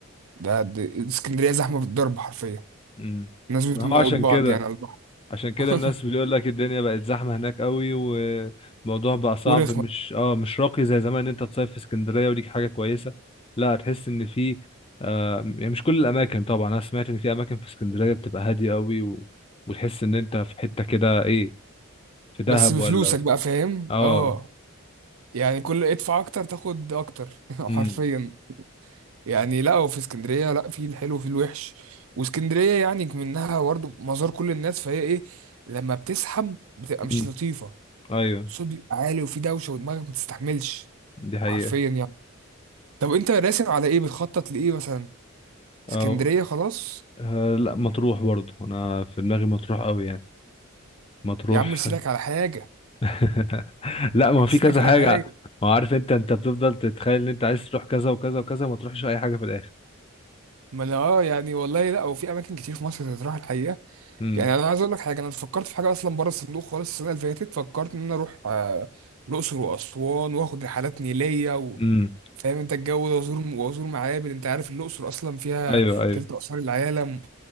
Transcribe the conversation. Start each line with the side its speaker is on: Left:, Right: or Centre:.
Right: ده ده- اسكندرية زحمة بالضرب حرفيا
Left: امم
Right: الناس بتموت
Left: ما هو عشان
Right: بعض
Left: كده
Right: يعني على البحر
Left: عشان كده
Right: <laughs>
Left: الناس بتقول لك الدنيا بقت زحمة هناك قوي والموضوع بقى صعب
Right: ورخمة
Left: مش اه مش راقي زي زمان ان انت تصيف في اسكندرية ودي حاجة كويسة لا هتحس ان في آه يعني مش كل الاماكن طبعا انا سمعت ان في اماكن في اسكندرية بتبقى هادية قوي و... وتحس ان انت في حتة كده ايه في دهب
Right: بس بفلوسك
Left: ولا
Right: بقى فاهم
Left: اه
Right: اه يعني كل ادفع اكتر تاخد اكتر <laughs> حرفيا
Left: امم
Right: يعني لا وفي اسكندرية لا في الحلو وفي الوحش واسكندرية يعني منها برضه مزار كل الناس فهي ايه لما بتزحم بتبقى مش
Left: أمم.
Right: لطيفة
Left: ايوه
Right: الصوت بيبقى عالي وفي دوشة ودماغك ما تستحملش
Left: دي حقيقة
Right: حرفيا يعني طب انت راسم على ايه بتخطط لايه مثلا اسكندريه
Left: اه
Right: خلاص
Left: آه، لا مطروح برضه انا في دماغي مطروح قوي يعني مطروح
Right: يا عم ارسلك على حاجه
Left: <laughs> لا ما
Right: ارسلك
Left: هو في كذا
Right: على
Left: حاجة
Right: حاجه
Left: ما هو عارف انت انت بتفضل تتخيل ان انت عايز تروح كذا وكذا وكذا ما تروحش اي حاجة في الاخر
Right: ما انا اه يعني والله لا وفي اماكن كتير في مصر تتراح الحقيقه
Left: امم
Right: يعني انا عايز اقول لك حاجه انا فكرت في حاجه اصلا بره الصندوق خالص السنه اللي فاتت فكرت ان انا اروح آه، الاقصر واسوان واخد رحلات نيليه و...
Left: امم
Right: فاهم انت الجو ده وازور وازور معابد انت عارف الاقصر اصلا فيها
Left: ايوه ايوه
Right: تلت اثار العالم